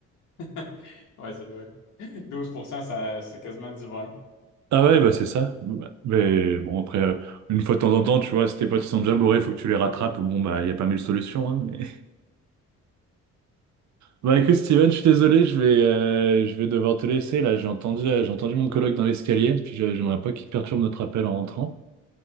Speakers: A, on the left; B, on the right.
A: <laughs> Ouais, ça doit. 12% ça, c'est quasiment du vin.
B: Ah ouais, bah c'est ça. Bon, Bah, Mais bon, après, euh, une fois de temps en temps, tu vois, si tes potes ils sont déjà bourrés, faut que tu les rattrapes. Bon, bah, il y a pas mille solutions, hein, mais... <laughs> Bah écoute, Steven, je suis désolé, je vais, euh, je vais devoir te laisser. Là, j'ai entendu, euh, j'ai entendu mon coloc dans l'escalier, puis je- j'aimerais pas qu'il perturbe notre appel en rentrant.